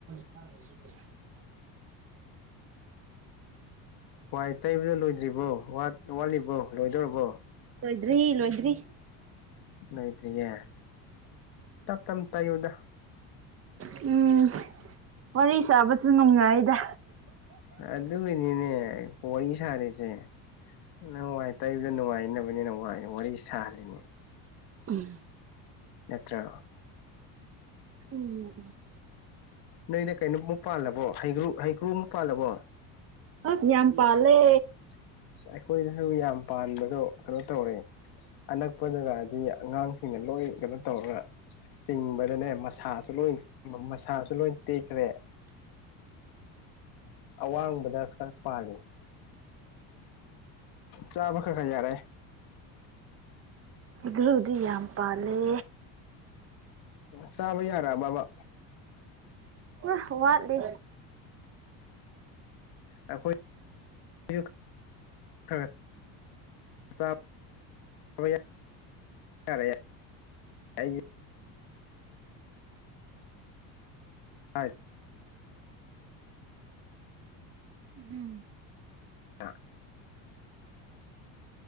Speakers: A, on the right; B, on the left.
A: ꯑ
B: ꯋꯥꯏ ꯇꯩꯕꯗꯨꯣ ꯂꯣꯏꯗ꯭ꯔꯤꯕꯣ ꯋꯥꯠꯂꯤꯕꯣ ꯂꯣꯏꯗꯣꯔꯤꯕꯣ
A: ꯂꯣꯏꯗ꯭ꯔꯤ ꯂꯣꯏꯗ꯭ꯔꯤ
B: ꯂꯣꯏꯗ꯭ꯔꯤꯌꯦ ꯇꯞ ꯇꯞ ꯇꯥꯏꯌꯨꯗ
A: <unintelligible> <inaudible> ꯎꯝ ꯋꯥꯔꯤ ꯁꯥꯕꯁꯨ ꯅꯨꯡꯉꯥꯏꯗ
B: ꯑꯗꯨꯏꯅꯤꯅꯦ ꯋꯥꯔꯤ ꯁꯥꯔꯤꯁꯦ ꯅ ꯍꯥꯏꯥꯏ ꯇ ꯏ ꯅꯨꯡꯉꯥꯏꯅꯕꯅꯤꯅ ꯋꯥꯏ ꯋꯥꯔꯤ ꯁꯥꯍꯜꯂꯤꯅꯦ
A: ꯎꯝ
B: ꯅꯠꯇ꯭ꯔ
A: ꯎꯝ
B: ꯅꯣꯏꯗ ꯀꯩꯅꯣꯃꯨꯛ ꯄꯥꯜꯂꯕꯣ ꯍꯩꯒ꯭ꯔꯨ ꯍꯩ ꯀ꯭ꯔꯨꯃ ꯄꯥꯜꯂꯕꯣ
A: ꯑꯁ ꯌꯥꯝ ꯄꯥꯂꯦ
B: <unintelligible> ꯍꯣꯌ ꯍꯨꯏ ꯌꯥꯝ ꯄꯥꯟꯕꯗ ꯀꯩꯅꯣ ꯇꯧꯔꯦ ꯑꯅꯛꯄ ꯖꯒꯥꯗꯤ ꯑꯉꯥꯡ ꯁꯤꯅ ꯂꯣꯏ ꯀꯩꯅꯣ ꯇꯧꯔꯒ ꯆꯤꯡ <unintelligible> ꯃꯁꯥꯁꯨ ꯂꯣꯏ ꯃꯁꯥꯁꯨ ꯂꯣꯏ ꯇꯦꯛꯈ꯭ꯔꯦ ꯑꯋꯥꯡꯕꯗ ꯈꯔ ꯄꯥꯜꯂꯤ ꯆꯥꯕꯥ ꯈꯛ ꯈꯔ ꯌꯥꯔꯛ ꯑ
A: ꯍꯪꯒ꯭ꯔꯨꯗꯤ ꯌꯥꯝ ꯄꯥꯜꯂꯦ
B: ꯆꯥꯕ ꯌꯥꯔꯛ ꯑꯕꯥ
A: ꯍ ꯋꯥꯠꯂꯤ
B: ꯑꯩꯈꯣꯏ <unintelligible> <unintelligible> ꯑꯠ
A: ꯎꯝ
B: ꯑ